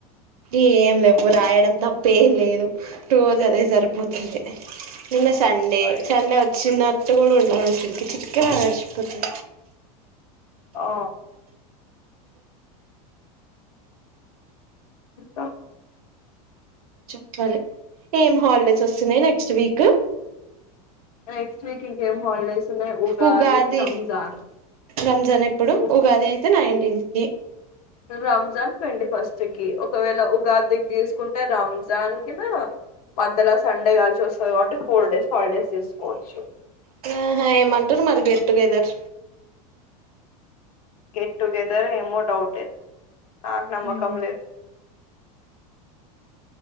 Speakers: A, on the right (about 85°); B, on the left (about 90°).
A: ఏం లేవు రాయడం తప్పేం లేదు రోజు అదే సరిపోతుంది నిన్న సండే
B: అయ్యో
A: సండే వచ్చిన ఇష్టగడు ఉండకి చ చిట్క మారచ్చప్పతే
B: ఓ అకాా
A: చెప్పాలి ఏం హాలిడేస్ వస్తున్నాయి నెక్స్ట్ వీక్
B: నెక్స్ట్ వీక్ ఇంకాేం హాలిడేస్ ఉన్నాయి
A: ఉగాది,
B: రంజాన్
A: రంజాన్ ఎప్పుడు?
B: ఉ-
A: ఉగాది అయితే నైన్ క
B: రంజాన్ ట్వంటీ ఫస్ట్ కి, ఒకవేళ ఉగాదికి తీసుకుంటే రంజాన్ కినా మధ్యల సండే కలిసి వస్తుంది కాబట్టి ఫోర్ డేస్ హాలిడేస్ తీసుకోవచ్చు.
A: ఆహా ఏమంటరు మరి, గెట్ టుగెదర్
B: గెట్ టుగెదర్ ఏమో డౌటె. నాక్ నమ్మకం
A: ఉమ్
B: లేద్